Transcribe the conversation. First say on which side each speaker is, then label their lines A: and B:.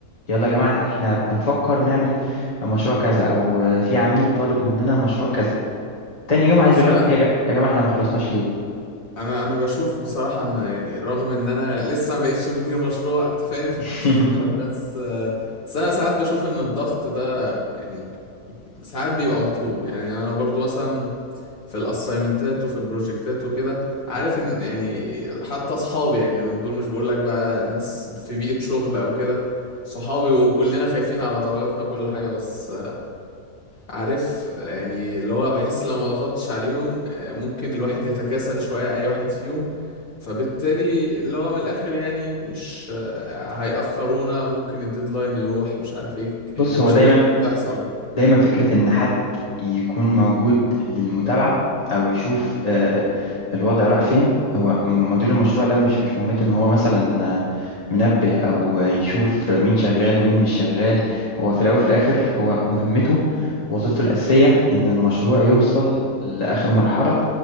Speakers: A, on the left; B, on the left.
A: يلا يا جماعة احنا بنفكر نعمل مشروع كذا او في عميل طالب مننا مشروع كذا تاني يوم عايز
B: بس
A: يقول
B: انا
A: لك ايه يا جماعة, يا جماعة احنا ما خلصناش ليه
B: انا انا بشوف بصراحة ان يعني رغم ان انا لسه ما بقتش مدير مشروع انت فاهم
A: <laughs>
B: <laughs> بس آه، بس انا ساعات بشوف ان الضغط ده يعني ساعات بيبقى مطلوب يعني انا برضو مثلا في الاسايمنتات وفي البروجكتات وكده عارف ان يعني حتى اصحابي يعني دول مش بقول لك بقى الناس في بيئة شغل او كده صحابي وكلنا خايفين على درجاتنا وكل حاجة بس عارف يعني اللي هو بحس لو ما ضغطتش عليهم آه، ممكن الواحد يتكاسل شوية أي واحد فيهم فبالتالي اللي هو من الآخر يعني مش آه، هيأخرونا ممكن الديدلاين يروح مش عارف ايه يعني
A: بص
B: المشاكل
A: هو دايما
B: دي بتحصل
A: دايما فكرة إن حد يكون موجود للمتابعة أو يشوف آه، الوضع راح فين هو مدير المشروع ده مش مش مهمته إن هو مثلا آه، منبه أو آه، يشوف مين شغال ومين مش شغال هو في الأول وفي الآخر هو مهمته وظيفته الأساسية إن المشروع يوصل لآخر مرحلة